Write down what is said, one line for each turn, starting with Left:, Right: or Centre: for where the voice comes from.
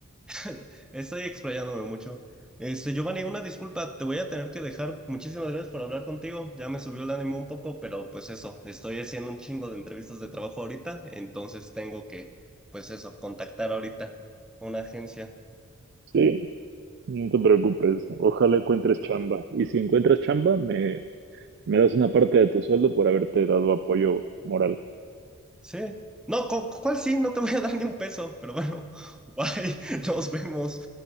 Centre: <laughs> estoy explayándome mucho. Este, Giovanni, una disculpa, te voy a tener que dejar. Muchísimas gracias por hablar contigo. Ya me subió el ánimo un poco, pero pues eso, estoy haciendo un chingo de entrevistas de trabajo ahorita, entonces tengo que, pues eso, contactar ahorita una agencia.
Right: Sí, no te preocupes. Ojalá encuentres chamba. Y si encuentras chamba, me, me das una parte de tu sueldo por haberte dado apoyo moral.
Centre: Sí. No, ¿cu- ¿cuál sí? No te voy a dar ni un peso, pero bueno, <laughs> bye, nos vemos.